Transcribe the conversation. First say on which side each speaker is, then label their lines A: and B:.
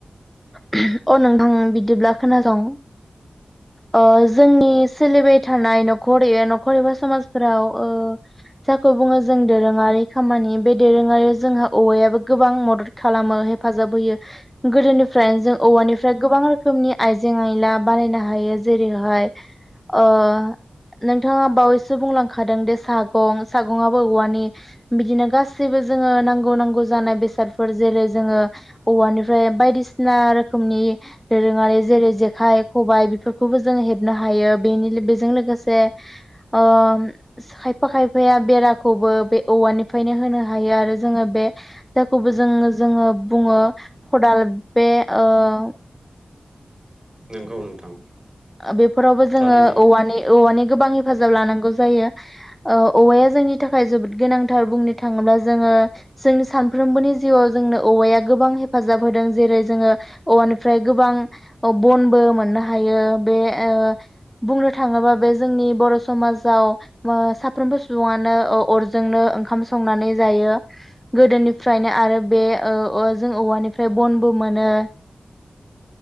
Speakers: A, in the centre; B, on the right.
A: उम अ नोंथां बिदिब्ला खोनासं अ जोंनि सोलिबाय थानाय न'खरैयो न'खर एबा समाजफोराव ओ जाखौ बुङो जों दोरोङारि खामानि बे दोरोङारि जोंहा औवायाबो गोबां मदद खालामो हेफाजाब होयो गोदोनि फ्राय जों औवानिफ्राय गोबां रोखोमनि आइजें आयला बानायनो हायो जेरैहाय ओ नोंथाङा बावैसो बुंलांखादों दे सागं सागंआबो औवानि बिदिनो गासैबो जोङो नांगौ नांगौ जानाय बेसादफोर जेरै जोङो औवानिफ्राय बायदिसि ना रोखोमनि दोरोङारि जेरै जेखाइ खबाइ बेफोरखौबो जों हेबनो हायो बेनि लो बेजों लोगोसे ओम खायफा खायफाया बेराखौबो बे औवानिफ्रायनो होनो हायो आरो जोङो बे खौबो जोङो जोङो। बुङो खदाल बेे ओ
B: नोंगौ नोंथां
A: ओ बेफोरावबो जोङो
B: थारैनो
A: औवानि औवानि गोबां हेफाजाब लानांगौ जायो ओ औवाया जोंनि थाखाय जोबोद गोनांथार बुंनो थाङोब्ला जोङो जोंनि सानफ्रोमबोनि जिउआव जोंनो औवाया गोबां हेफाजाब होदों जेरै जोङो औवानिफ्राय गोबां ओ बनबो मोननो हायो। बे ओ बुंनो थाङोबा बे जोंनि बर' समाजाव मो साफ्रोमबो सुबुङानो ओ अरजोंनो ओंखाम संनानै जायो। गोदोनिफ्रायनो आरो बे ओ औ जों औवानिफ्राय बनबो मोनो।